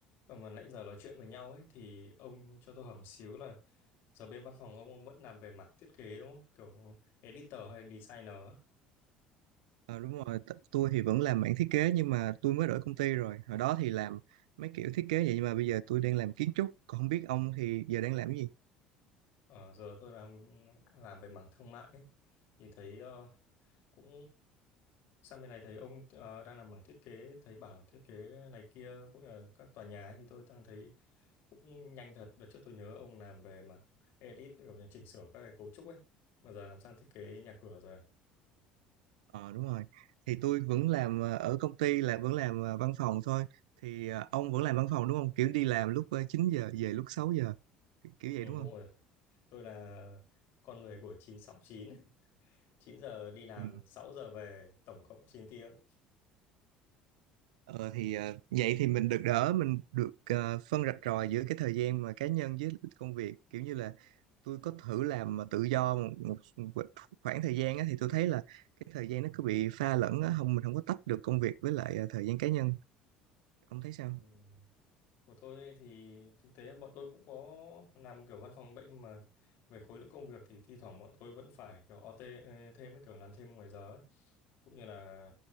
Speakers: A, on the left; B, on the right.
A: Và mà nãy giờ nói chuyện với nhau ấy thì ông cho tôi hỏi một xíu là giờ bên văn phòng ông ông vẫn làm về mặt thiết kế đúng không? Kiểu editor hay designer á.
B: Ờ, đúng rồi, t- tôi thì vẫn làm mảng thiết kế nhưng mà tôi mới đổi công ty rồi. Hồi đó thì làm mấy kiểu thiết kế vậy nhưng mà bây giờ tôi đang làm kiến trúc, còn không biết ông thì giờ đang làm cái gì?
A: Ờ, giờ tôi làm làm về mảng thương mại ấy thì thấy ờ, cũng sang bên này thấy ông ờ, đang làm mảng thiết kế thấy bảo thiết kế này kia cũng là các tòa nhà ấy, thì tôi đang thấy cũng nhanh thật đợt trước tôi nhớ ông làm về mảng edit kiểu như chỉnh sửa các cái cấu trúc ấy mà giờ làm sang thiết kế nhà cửa rồi
B: Ờ đúng rồi. Thì tôi vẫn làm ờ, ở công ty là vẫn làm ờ, văn phòng thôi. Thì ờ, ông vẫn làm văn phòng đúng không? Kiểu đi làm lúc ờ, 9 giờ về lúc 6 giờ. Kiểu kiểu
A: Ừ,
B: vậy đúng
A: đúng
B: không?
A: rồi Tôi là con người của chín sáu chín <laughs> 9 giờ đi làm,
B: Ừ.
A: 6 giờ về, tổng cộng 9 tiếng.
B: Ờ thì ờ, vậy thì mình được đỡ mình được ờ, phân rạch ròi giữa cái thời gian mà cá nhân với công việc kiểu như là tôi có thử làm mà tự do một, một một khoảng thời gian á, thì tôi thấy là cái thời gian nó cứ bị pha lẫn á, không mình không có tách được công việc với lại ờ, thời gian cá nhân ông thấy sao?
A: Ừ. Của tôi thì thực tế bọn tôi cũng có làm kiểu văn phòng bệnh mà về khối lượng công việc thì thi thoảng bọn tôi vẫn phải kiểu OT thêm ấy, kiểu làm thêm ngoài giờ ấy. Cũng như là